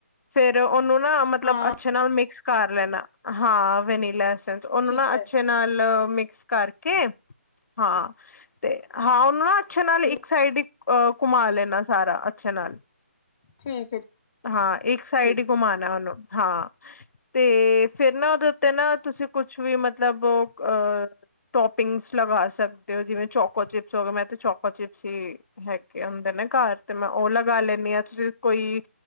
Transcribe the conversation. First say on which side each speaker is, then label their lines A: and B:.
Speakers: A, on the left; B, on the left.
A: ਫੇਰ ਉਹਨੂੰ ਨਾ ਮਤਲਬ
B: ਹਾਂ
A: ਅੱਛ ਅੇ ਨਾਲ ਮਿਕਸ ਕਰ ਲੈਣਾ, ਹਾਂ ਵੈਨੀਲਾ 'ਚ, ਉਹਨੂੰ
B: ਠੀਕ ਹੈ
A: ਅੱਛੇ ਨਾਲ ਮਿਕਸ ਕਰਕੇ, ਹਾਂ, ਤੇ ਹਾਂ ਉਹਨੂੰ ਨਾ ਅੱਛੇ ਨਾਲ
B: ਠੀਕ
A: ਇੱਕ ਸਾਈਡ ਹੀ ਘੁਮਾ ਲੈਣਾ ਸਾਰਾ, ਅੱਛੇ ਨਾਲ
B: ਠੀਕ ਹੈ
A: ਹਾਂ, ਇੱਕ ਸਾਈਡ
B: ਠੀਕ
A: ਹੀ ਘੁੰਮਾਨਾ
B: ਹੈ
A: ਉਹਨੂੰ ਹਾਂ, ਤੇ ਫਿਰ ਨਾ ਉਹਦੇ ਉੱਤੇ ਨਾ, ਤੁਸੀਂ ਕੁਛ ਵੀ ਮਤਲਬ ਓਹ ਅ ਟੋਪਿੰਗਸ ਲਗਾ ਸਕਦੇ ਹੋ, ਜਿਵੇਂ ਚੋਕੋ ਚਿਪਸ ਹੋ ਗ ਮੈਂ ਤਾਂ ਚੋਕੋ ਚਿਪਸ ਹੀ ਹੈਕ, ਹੁੰਦੇ ਨੇ ਘਰ ਤੇ ਮੈਂ ਉਹ ਲਗਾ ਲੈਦੀ ਹਾਂ, ਤੁਸੀਂ ਕੋਈ